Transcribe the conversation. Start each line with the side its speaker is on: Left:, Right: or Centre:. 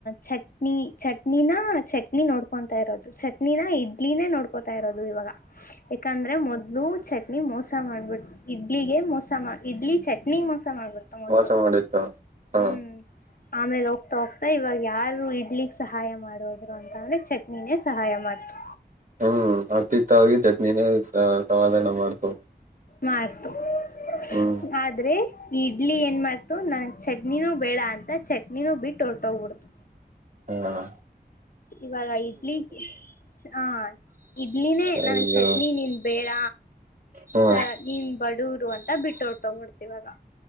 Left: ಚಟ್ನಿ ಚಟ್ನಿನಾ ಚಟ್ನಿ ನೋಡ್ಕೊಂತಾಯಿರೋದು ಚಟ್ನಿನ ಇಡ್ಲಿನೇ ನೋಡ್ಕ್ ಕೋತಾಯಿರೋದು ಇವಾಗ
Right: <inaudible>
Left: ಯಾಕಂದ್ರೆ ಮೊದ್ಲು ಚಟ್ನಿ ಮೋಸ ಮಾಡ್ಬಿಡ್ತ್ ಇಡ್ಲಿಗೆ ಮೋಸ ಸಮ ಇಡ್ಲಿ ಚಟ್ನಿಗ್ ಮೋಸ ಮಾಡ್ಬಿಡ್ತು ಮೊದ್ಲು
Right: ಮೋಸ ಮಾಡಿತ್ತು ಹಾ
Left: ಹ್ಮ್. ಆಮೇಲ್ ಹೋಗ್ತಾ ಹೋಗ್ತಾ ಇವಾಗ್ಯಾರು ಇಡ್ಲಿಗ್ ಸಹಾಯ ಮಾಡೋದ್ರು ಅಂತ ಅಂದ್ರೆ ಚಟ್ನಿನೇ ಸಹಾಯ ಮಾಡ್ತು.
Right: ಹ್ಮ್ ಅತ್ತಿತ್ತವಾಗಿ ಚಟ್ನಿನೇ ಸಮಧಾನ ಮಾಡ್ತು
Left: ಮಾಡ್ತು <unintelligible>
Right: ಹ್ಮ್
Left: ಆದ್ರೆ ಇಡ್ಲಿ ಏನ್ ಮಾಡ್ತು ನನ್ ಚಟ್ನಿನೂ ಬೇಡ ಅಂತ ಚಟ್ನಿನೂ ಬಿಟ್ಟು ಹೊರ್ಟೋಗ್ಬಿಡ್ತು.
Right: ಹ್ಮ್
Left: ಇವಾಗ ಇಡ್ಲಿ ಗೆ ಹ ಇಡ್ಲಿನೇ
Right: ಅಯ್ಯೋ
Left: ನನಗ್ ಚಟ್ನಿ ನೀನ್ ಬೇಡ
Right: ಹಾ
Left: ಸ ನೀನ್ ಬಡೂರು ಅಂತ ಬಿಟ್ಟ ಹೊರಟಗ ಬಿಟ್ಟತ್ತ ಇವಾಗ್